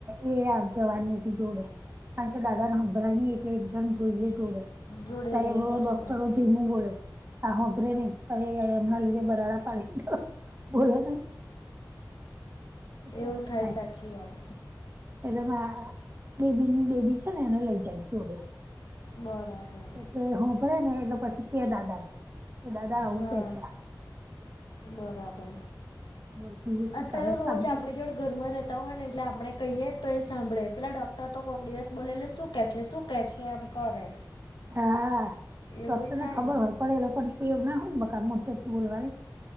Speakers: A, on the right; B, on the left.
A: એ. જવાની હતી જોડે કારણ કે દાદાને હંભળાય નહીં એ એટલે એક જણ જોઈએ જોડે.
B: જોડે
A: સાહેબો
B: જોઈએ સાચી
A: ડોક્ટરો
B: વાત
A: ધીમું બોલે આ હોભરે નહી પણ એમના લીધે બરાડા પાડીને તો બોલે નહી. એટલે
B: એવું
A: આવું
B: થાય સાચી વાત.
A: એટલે મા બેબીની બેબી છે ને એને લઈ જાય જોડે.
B: બરાબર.
A: એટલે હું ભરાય ને એટલે પછી કે દાદાને કે દાદા આવું
B: હા
A: કે છે
B: બરાબર.
A: બોલ બીજું શું
B: અને
A: ચાલે
B: પેલો રોજ
A: શાંતિ
B: આપણી જોડ ઘરમાં રે. તો હોય ને એટલે આપણે કહીએ ને તો એ સાંભળે પેલા ડોક્ટર તો કોઈક દિવસ બોલે એટલે શું કેહે છે શું કેહે છે એમ કરે.
A: હ <unintelligible> હા ડાક્ટર
B: એવું થાય
A: ને ખબર હો પડે એ લોકો ને ટેવ ના હોય બકા મોટેથી બોલવાની.